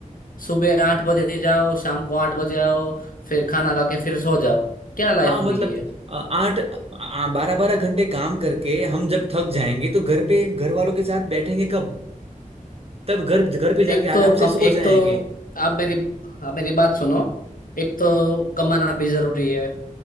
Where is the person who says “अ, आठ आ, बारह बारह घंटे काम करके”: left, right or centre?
Right